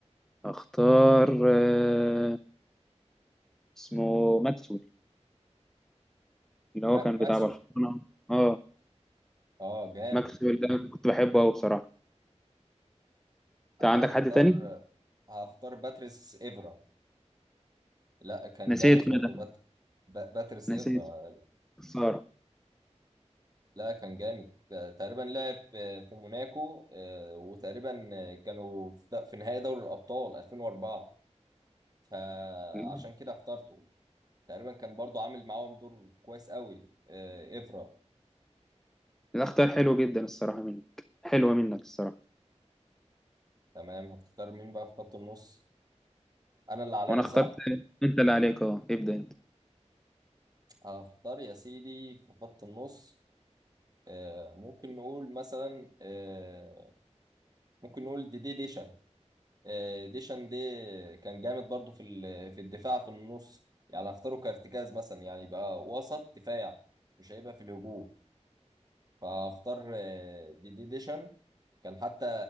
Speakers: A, in the centre; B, on the right.
A: هختار آه، اسمه ماكسويل اللي هو
B: ما-
A: كان
B: ماكسويل
A: بتاع برشلونة اه
B: اه جامد
A: ماكسويل ده كنت بحبه قوي بصراحة انت
B: انا
A: عندك
B: هختار
A: حد تاني
B: هختار باتريس ايفرا لا كان
A: نسيت
B: جامد برضو
A: أنا ده
B: بات... ب- باتريس
A: نسيت
B: ايفرا
A: خسارة
B: لا كان جامد تقريبا لعب في موناكو آه، وتقريبا كانوا في د- في نهائي دوري الابطال 2004 فعشان
A: مم.
B: كده اخترته تقريبا كان برضو عامل معاهم دور كويس قوي آه، ايفرا
A: ده اختيار حلو جدا الصراحة منك حلوة منك الصراحة
B: تمام هتختار مين بقى في خط النص انا اللي عليا
A: وانا اخترت
B: صح
A: انت اللي عليك اه ابدأ انت
B: هختار يا سيدي في خط النص آه، ممكن نقول مثلا آه، ممكن نقول دي دي ديشان آه، ديشان دي كان جامد برضو في ال- في الدفاع في النص يعني اختاره كارتكاز مثلا يعني يبقى وسط دفاع مش هيبقى في الهجوم فاختار آه، دي دي ديشان كان حتى